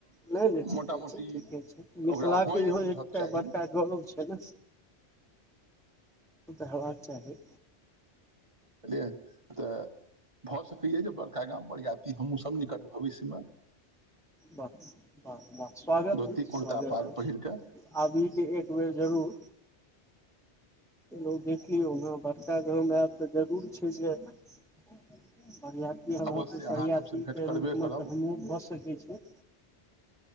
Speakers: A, in the centre; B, on the right.
A: नहि नहि ठीके
B: मोटा मोटी
A: छै ठीके
B: ओकरा
A: छै मिथिलाके
B: हँ
A: इहो
B: ए बुझक
A: एकटा
B: चाही
A: बड़का गौरव छै ने
B: <inaudible>
A: रहबाक चाही
B: अलियएै तऽ भऽ सकैए जे बड़का गाम बरियाती हमहूँसब निकट भविष्य मे
A: वाह वाह वाह स्वागत
B: धोती
A: अछि
B: कुर्ता
A: स्वागत
B: पाग
A: अछि
B: पहिर कऽ
A: आबी के एक बेर जरूर लोक देखियौ ओहना बड़का गाम आयब तऽ जरूर छै जे बरियती हमहुँ
B: अवश्य
A: के सरियाती
B: अहाँ सभसँ भेँट
A: के
B: करबे
A: रूपमे
B: करब
A: तऽ हमहूँ भऽ सकै छै